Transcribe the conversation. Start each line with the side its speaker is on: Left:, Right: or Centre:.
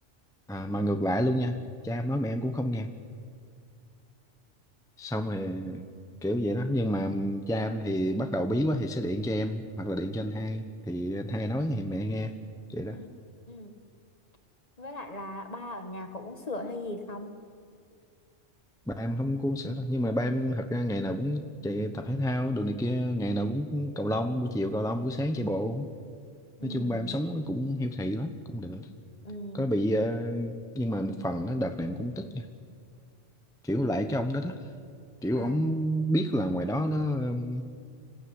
Centre: à, mà ngược lại luôn nha cha em nói mẹ em cũng không nghe xong rồi kiểu vậy đó nhưng mà cha em thì bắt đầu bí quá thì sẽ điện cho em hoặc là điện cho anh hai thì anh hai nói thì mẹ nghe vậy đó
Left: ừ ừ với lại là ba ở nhà có uống sữa hay gì không
Centre: ba em không có uống sữa đâu nhưng mà ba em thật ra ngày nào cũng chạy tập thể thao đồ này kia ngày nào cũng cầu lông buổi chiều cầu lông buổi sáng chạy bộ
Left: ừ
Centre: nói chung ba em sống cũng healthy lắm cũng được
Left: ừ
Centre: có bị ờ, nhưng mà một phần nó đợt này em cũng tức nha. kiểu lại cái ông đó đó kiểu
Left: à
Centre: ông biết là ngoài đó nó ừm,